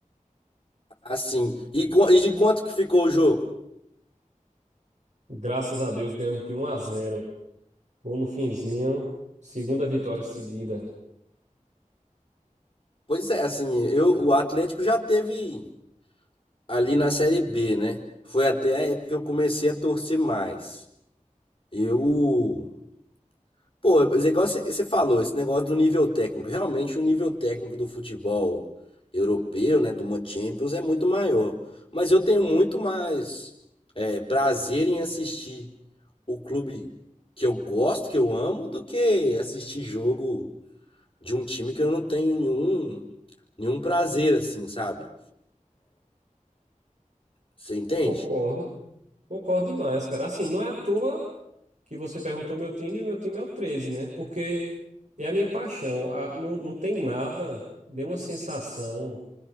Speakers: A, on the left; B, on the right.
A: Assim, e, co- e de quanto que ficou o jogo?
B: Graças a Deus ganhamos de um a zero Gol no finzinho. Segunda vitória seguida.
A: Pois é, assim, eu, o Atlético já teve ali na Série B, né? Foi até a época que eu comecei a torcer mais. Eu. Pô, mas é igual você falou, esse negócio do nível técnico. Realmente, o nível técnico do futebol europeu, né? Do uma Champions é muito maior. Mas eu tenho muito mais é, prazer em assistir o clube que eu gosto, que eu amo, do que assistir jogo de um time que eu não tenho nenhum, nenhum prazer, assim, sabe? Você entende?
B: Concordo. Concordo demais, cara. Assim, não é à toa. que você perguntou meu time, e o meu time é o treze né? Porque é a minha paixão. A- não, não tem nada, nenhuma sensação